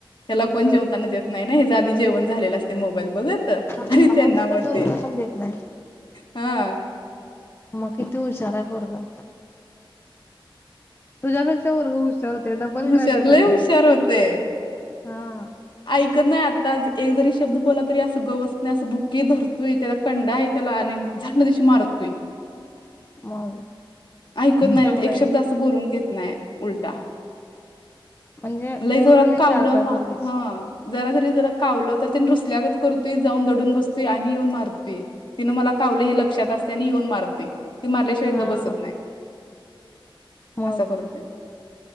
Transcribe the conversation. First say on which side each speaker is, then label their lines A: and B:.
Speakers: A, on the left; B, on the left.
A: ह्याला कोण
B: बर
A: जेवताना देत नाही नाही ह्यजं आधी जेवण झालेलं असतंय मोबाईल बघत. त
B: हा
A: आणि त्यांना
B: म्हणून
A: म्हणतुय,
B: तर दोन पण देत नाही
A: हा त
B: मग किती हुशार हाय पोरगं. तुझ्यापेक्षा पोरगं हुशार हुतय, डबल
A: हुशार
B: ग्रॅज्युएट हुतय
A: लय हुशार
B: बघं.
A: होतय.
B: हा.
A: ऐकत नाही आताच, एक जरी शब्द बोलला तरी असं गप बसत नाही, असं बुक्की धरतूय, त्या कंडा हाय त्याला आणि झाट दिशी मार तुय,
B: मग
A: ऐकत नाही
B: चांगलं
A: एक
B: आहे
A: शब्द
B: मग
A: बोलून घेत नाही उलटा.
B: म्हणजे मेंबरी
A: जोरात
B: लई
A: कावलं
B: शार्प हाय
A: मा
B: पोरग्याची.
A: हा जरा जरी जरा कावलं तर तेन रुसल्यागत करतुय, जाऊन दडून बसतूय आणि येऊन मारतूय. तिनं मला कावलं हे लक्षात असतय आणि येऊन मारतूय. ती मारल्याशिवाय
B: हा
A: गप बसत नाही,
B: मग
A: असा करतुय.